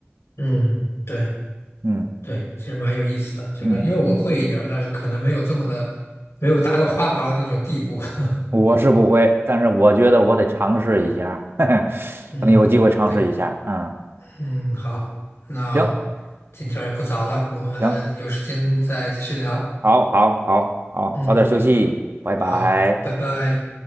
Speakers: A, on the left (about 80°); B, on the right (about 60°).
A: 嗯，对
B: 嗯
A: 对，其实蛮有意思的这个，
B: 嗯，
A: 因为我会一点儿，但是可能没有这么的，没有达到花滑的那种地步。<laughs>
B: 我是不会，但是我觉得我得尝试一下，<laughs> 嘿嘿，<laughs>
A: 嗯，
B: 等有机会尝试一下，
A: 对，
B: 嗯，
A: 嗯，好，那
B: 行
A: 今天儿也不早了，我们有时间再继续聊。
B: 行，好好好好，
A: 嗯，
B: 早点休息，拜拜。
A: 好，拜拜。